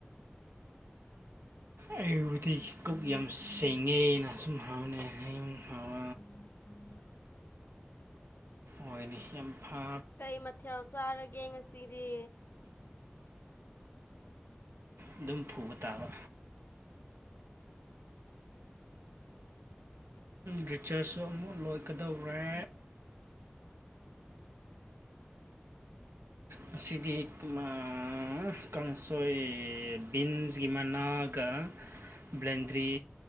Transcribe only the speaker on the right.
ꯑꯩꯕꯨꯗꯤ ꯀꯛ ꯌꯥꯝ ꯁꯦꯡꯉꯦꯅ ꯑꯁꯨꯝ ꯍꯥꯎꯅ <unintelligible>
ꯑꯣꯏꯅꯤ ꯌꯥꯝ ꯐꯥ
ꯑꯗꯨꯝ ꯐꯨꯕ ꯇꯥꯕ꯫ ꯒꯖꯔꯁꯨ ꯑꯃꯨꯛ ꯂꯣꯏꯀꯗꯧꯔꯦ꯫ ꯉꯁꯤꯗꯤ ꯑ ꯀꯥꯡꯁꯣꯏ ꯕꯤꯟꯁꯒꯤ ꯃꯅꯥꯛ ꯀꯥ ꯕ꯭ꯂꯦꯟꯗꯔꯤ